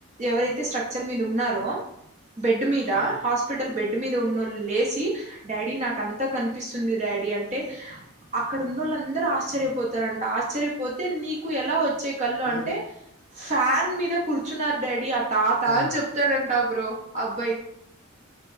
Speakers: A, on the right (about 30°); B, on the left (about 70°).
A: ఎవరైతే తె స్టక్ హచ్చర్ మీద ఉన్నారు బెడ్ మీద
B: ఆ
A: హాస్పిటల్ బెడ్ మీద ఉన్నోళ్ళు లేసి డాడీ నాక అంతా కనిపిస్తుంది డాడీ అంటే అక్కడ ఉన్నళ్ళందూ
B: ఓ
A: ఆశ్చర్యతారంట ఆశ్చరిపోతే నీకు ఎలా వచ్చే కళ్ళు
B: ఎందుకన్
A: అంటే ఫ్యాన్ మీద కూర్చున్నారు డాడీ అ తా తా
B: ఆ
A: అని చెప్తాడున్ టా బ్రో ఆ అబ్బాయి